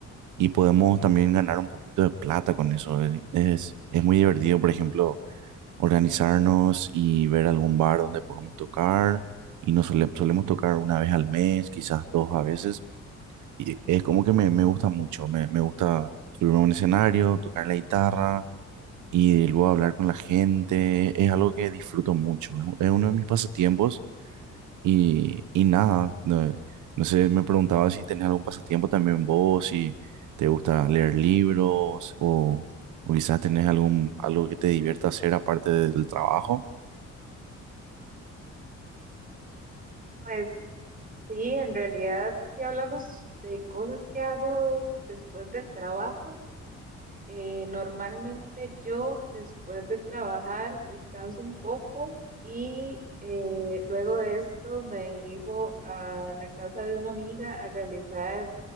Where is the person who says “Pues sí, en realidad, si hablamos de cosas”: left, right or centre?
Right